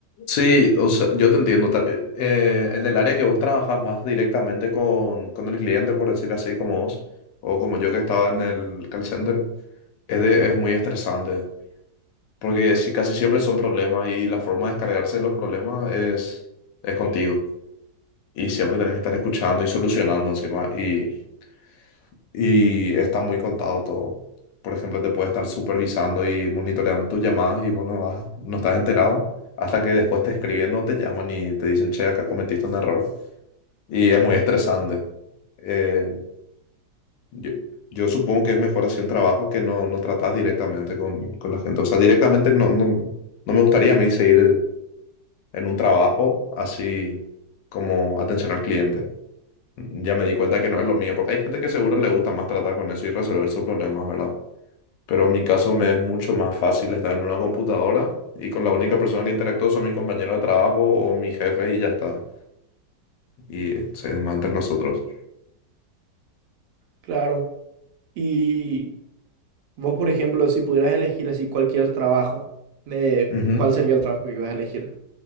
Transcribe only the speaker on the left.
Sí, o sea, yo te entiendo. ta- eh, en el área que vos trabajas más directamente con, con el cliente, por decir así, como vos, o como yo que estaba en el call center, es, de- es muy estresante, porque si, casi siempre son problemas y la forma de descargarse de los problemas es, es contigo. Y siempre tenés que estar escuchando y solucionando encima. Y y está muy contado todo. Por ejemplo, te puede estar supervisando y monitoreando tus llamadas y vos no, vas- no estás enterado hasta que después te escriben o te llaman y te dicen, che, acá cometiste un error. Y es muy estresante. Eh, yo, yo supongo que es mejor así un trabajo que no, no tratas directamente con, con la gente. O sea, directamente no, no, no me gustaría a mí seguir en un trabajo así como atención al cliente. Ya me di cuenta que no es lo mío, porque hay gente que seguro le gusta más tratar con eso y resolver sus problemas, ¿verdad? Pero en mi caso me es mucho más fácil estar en una computadora y con la única persona que interactúo son mis compañeros de trabajo o mis jefes y ya está. Y se demás entre nosotros.
Ujú.